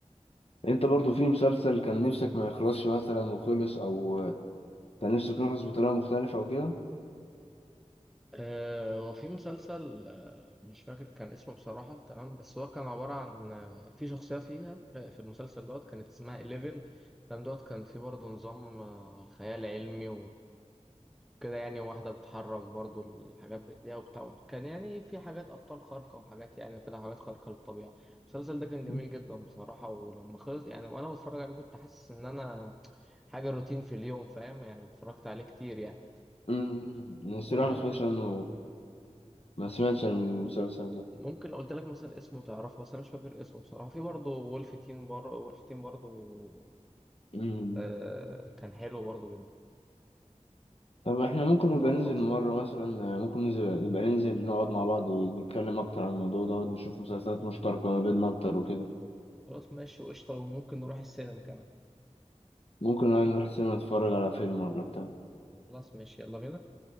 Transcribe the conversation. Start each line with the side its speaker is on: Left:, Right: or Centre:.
Left: أنت برضو في مسلسل كان نفسك ما يخلصش مثلا وخلص أو آه، كان نفسك يخلص بطريقة مختلفة أو كده؟
Centre: أه وفي مسلسل أه مش فاكر كان اسمه بصراحة تمام بس هو كان عبارة عن آه، في شخصية فيها آه، في المسلسل دوت كانت اسمها 11 تمام دوت كان في برضه نظام آه، خيال علمي كده يعني واحدة بتحرك برضو الحاجات بإيديها وبتاع كان يعني في حاجات أبطال خارقة وحاجات يعني كده حاجات خارقة للطبيعة المسلسل ده كان
Left: مم.
Centre: جميل جدا بصراحة ولما خلص يعني وأنا بتفرج عليه كنت حاسس إن أنا حاجة روتين في اليوم فاهم يعني اتفرجت عليه كتير يعني
Left: أمم، أنا الصراحة
Centre: وما
Left: ما سمعتش عنه ما سمعتش عن المسلسل ده
Centre: ممكن لو قلت لك مثلا اسمه تعرفه بس أنا مش فاكر اسمه بصراحة في برضه وولف تين بره وولف تين برضه
Left: أمم،
Centre: آه كان حلو برضه جدا
Left: طب احنا ممكن
Centre: تين
Left: نبقى
Centre: وولف
Left: ننزل
Centre: أصلا
Left: مرة مثلا ممكن ننزل نبقى ننزل نقعد مع بعض ونتكلم أكتر عن الموضوع ده ونشوف مسلسلات مشتركة ما بيننا أكتر وكده
Centre: خلاص ماشي وقشطة وممكن نروح السينما كمان
Left: ممكن بقى نروح سينما نتفرج على فيلم ولا بتاع
Centre: خلاص ماشي يلا بينا